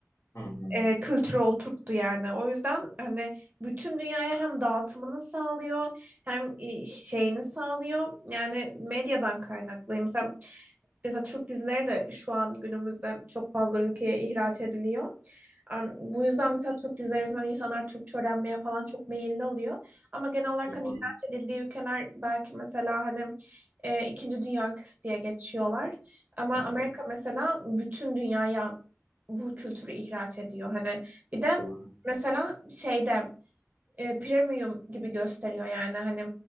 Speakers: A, on the left; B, on the right.
A: hı hı.
B: Ee, kültürü oturttu yani. O yüzden hani bütün dünyaya hem dağıtımını sağlıyor hem e, şeyini sağlıyor. Yani medyadan kaynaklı. Mesela, mesela Türk dizileri de şu an günümüzde çok fazla ülkeye ihraç ediliyor. Am, Bu yüzden mesela Türk dizileri yüzünden insanlar Türkçe öğrenmeye falan çok meyilli oluyor. Ama genel olarak
A: Doğru.
B: hani ihraç edildiği ülkeler belki mesela hani e, ikinci dünya ülkesi diye geçiyorlar. Ama
A: Hı hı,
B: Amerika mesela bütün dünyaya bu kültürü ihraç ediyor. Hani bir de
A: Doğru.
B: mesela şeyde e, premium gibi gösteriyor yani hani